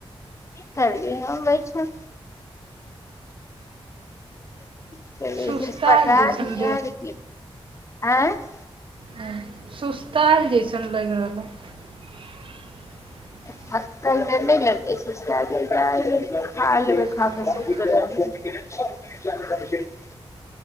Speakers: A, on the left; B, on the right.
A: की करबि हम रहैछौ <unintelligible>
B: सुस्तायल जैसन ह सुस्ताल जइसन लगि रहल <inaudible>
A: <unintelligible> <unintelligible>
B: हँ